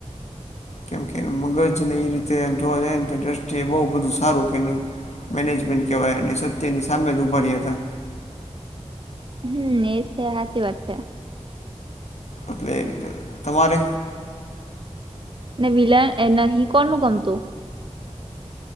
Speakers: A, on the left; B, on the right.
A: કેમ કે મગજને એ રીતે એમ જોવા જઈએ ને તો દ્રષ્ટિએ બઉ બધું સારું કર્યુ. મેનેજમેન્ટ કહેવાય અને સત્યની સામે જ ઊભા રહ્યાં હતા.
B: હમ એ છે સાચી વાત છે.
A: એટલે એ રીતે તમારે
B: ને વિલન એ નહીં કોનું ગમતું.